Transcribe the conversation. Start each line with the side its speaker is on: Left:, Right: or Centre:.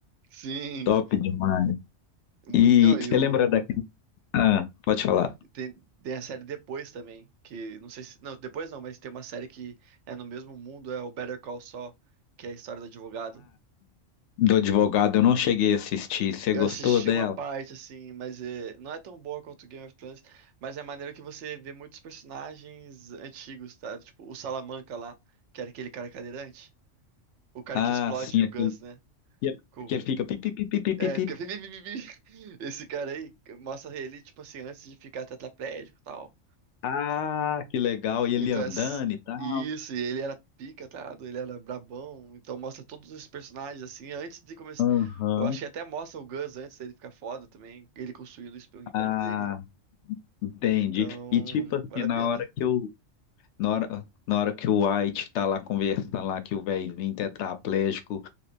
Right: Sim.
Left: Top demais.
Right: Mui-
Left: E
Right: Não, e
Left: você
Right: o.
Left: lembra daquela. Ah, pode falar.
Right: Tem, tem a série depois também. Que não sei se. Não, depois não, mas tem uma série que é no mesmo mundo, é o Better Call Saul, que é a história do advogado.
Left: Do advogado, eu não cheguei a assistir. Você
Right: Eu
Left: gostou
Right: assisti
Left: dela?
Right: uma parte, assim, mas é, não é tão boa quanto Game of Thrones, mas é maneiro que você vê muitos personagens antigos, tá? Tipo, o Salamanca lá, que era aquele cara cadeirante. O cara
Left: Ah,
Right: que explode
Left: sim,
Right: o
Left: aquele
Right: Gus, né?
Left: que ele
Right: Cool.
Left: que ele fica pi, pi, pi, pi, pi, pi,
Right: É,
Left: pi.
Right: fica. <laughs> vi, vi, vi, vi, vi. Esse cara aí mostra ele, tipo assim, antes de ficar tetraplégico e tal.
Left: Ah, que legal. E ele
Right: Então,
Left: andando
Right: ess-
Left: e tal.
Right: isso, e ele era pica, tá? ligado? Ele era brabão. Então, mostra todos os personagens, assim, antes de começar.
Left: Aham.
Right: Eu acho que até mostra o Gus antes dele ficar foda também. Ele construindo o esp- o império
Left: Ah,
Right: dele.
Left: entendi.
Right: Então,
Left: E tipo assim,
Right: vale
Left: na
Right: a pena.
Left: hora que eu. Na hora, na hora que o White tá lá conversando lá, que o velhinho tetraplégico